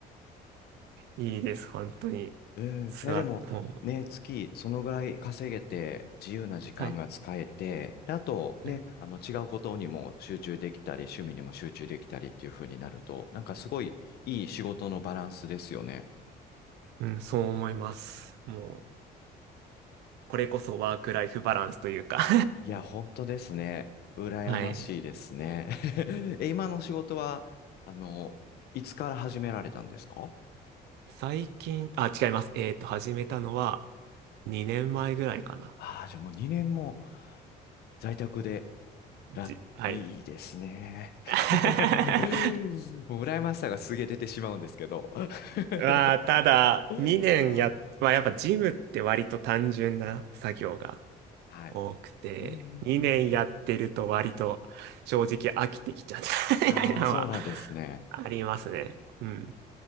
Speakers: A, on the right; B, on the left.
A: いいです、本当に。
B: うん。
A: 座っ、
B: いや、でも、
A: もう、
B: ね、月、そのぐらい稼げて、自由な時間が使えて、
A: はい。
B: で、あと、ね、
A: はい
B: あの、違うことにも集中できたり、趣味にも集中できたりっていう風になると、なんかすごいいい仕事のバランスですよね。
A: うん、そう思います。もう、これこそワークライフバランスというか <laughs>
B: いや、本当ですね。羨ましいですね。
A: はい。
B: <laughs> え、今の仕事は、あの、いつから始められたんですか
A: 最近、あ、違います。えっと、始めたのは2年前ぐらいかな。
B: ああ、じゃあもう2年も在宅で、ら、
A: じ、はい。
B: いいですね。<laughs>
A: <laughs>
B: もう羨ましさがすげえ出てしまうんですけど。<laughs>
A: まあ、ただ、
B: は
A: 2年や、
B: い。
A: まあ、やっぱジムって割と単純な作業が
B: はい。
A: 多くて、
B: うん、うん
A: 2年やってると割と正直飽きてきちゃった
B: うん。ああ、
A: <laughs> みたいなのは
B: そうなんですね。
A: ありますね。うん。